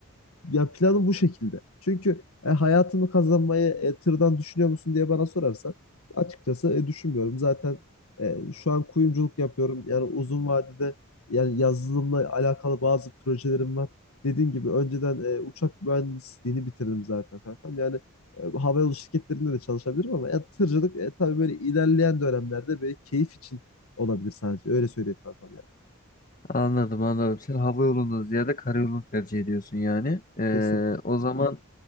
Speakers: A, on the left; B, on the left.
A: ya planım bu şekilde. Çünkü e, hayatımı kazanmayı e, tırdan düşünüyor musun diye bana sorarsan açıkçası e, düşünmüyorum. Zaten e, şu an kuyumculuk yapıyorum. Yani uzun vadede yani yazılımla alakalı bazı projelerim var. Dediğim gibi önceden e, uçak mühendisliğini bitirdim zaten kankam. Yani e, havayolu şirketlerinde de çalışabilirim ama ya, tırcılık e, tabii böyle ilerleyen dönemlerde böyle keyif için olabilir sadece. Öyle söyleyeyim kankam yani.
B: Anladım anladım. Sen hava yolundan ziyade karayolunu tercih ediyorsun yani. E,
A: Kesinlikle.
B: o zaman